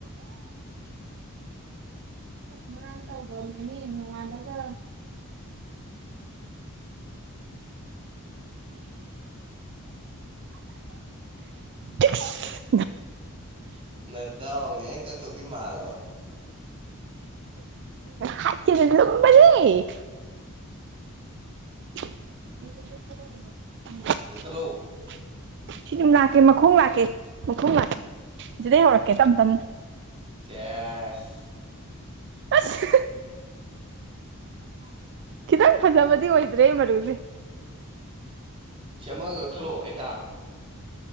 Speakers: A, on the right (about 50°); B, on the right (about 25°).
A: <unintelligible> ꯇꯧꯒ꯭ꯔꯅꯦꯃꯤ ꯅꯣꯉꯥꯟꯕꯒ ꯇꯤꯛꯁ
B: ꯅꯗꯥꯎꯗꯤ ꯑꯩꯅ ꯀꯛ ꯇꯧꯗꯤ ꯃꯥꯟꯂꯕ
A: ꯍꯥꯠꯀꯦꯅ ꯂꯨꯝꯕꯅꯤ
B: <inaudible>
A: <inaudible>
B: ꯀꯛꯊꯠꯂꯣ
A: ꯁꯤ ꯑꯗꯨꯝ ꯂꯥꯛꯀꯦ ꯃꯈꯣꯡ ꯂꯥꯛꯀꯦ ꯃꯈꯣꯡ ꯂꯥꯛꯀꯦ ꯁꯤꯗꯩ ꯍꯧꯔꯛꯀꯦ ꯇꯞ ꯇꯞꯅ
B: ꯆꯦꯁ
A: ꯑꯁ
B: <inaudible> <inaudible>
A: ꯈꯤꯇꯪ ꯐꯖꯕꯗꯤ ꯑꯣꯏꯗ꯭ꯔꯦ ꯃꯔꯨꯁꯦ
B: ꯁꯤ ꯑꯃꯒ ꯀꯛꯊꯠꯂꯣ ꯑꯦꯀꯥ